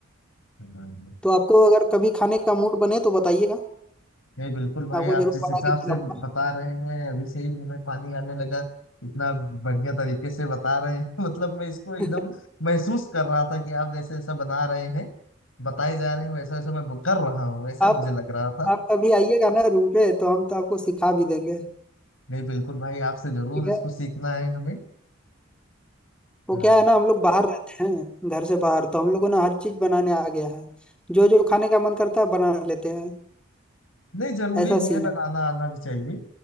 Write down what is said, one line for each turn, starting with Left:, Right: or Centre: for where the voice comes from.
Left: हाँ, नहीं
Centre: तो आपको अगर कभी खाने का मूड बने तो बताइएगा
Left: नहीं, बिल्कुल भाई
Centre: आपको
Left: आप
Centre: जरूर
Left: जिस
Centre: बना
Left: हिसाब
Centre: के खिलाऊंगा
Left: से बता रहे हैं अभी से ही मुंह में पानी आने लगा इतना बढ़िया तरीके से बता रहे हैं <laughs> मतलब मैं इसको एकदम
Centre: <laughs>
Left: महसूस कर रहा था कि आप जैसे ऐसा बना रहे हैं बताए जा रहे हैं वैसा वैसा मैं कर रहा हूँ ऐसा
Centre: आप
Left: मुझे लग रहा था
Centre: आप कभी आइएगा ना रूम पे तो हम तो आपको सिखा भी देंगे
Left: नहीं बिल्कुल भाई आपसे जरूर
Centre: ठीक
Left: इसको
Centre: है,
Left: सीखना है हमें अ,
Centre: वो क्या है ना हम लोग बाहर रहते हैं घर से बाहर तो हम लोगों ने हर चीज बनाने आ गया है जो जो खाने का मन करता है बना लेते हैं
Left: नहीं जरूरी
Centre: ऐसा
Left: भी
Centre: सीन
Left: है बनाना
Centre: है
Left: आना भी चाहिए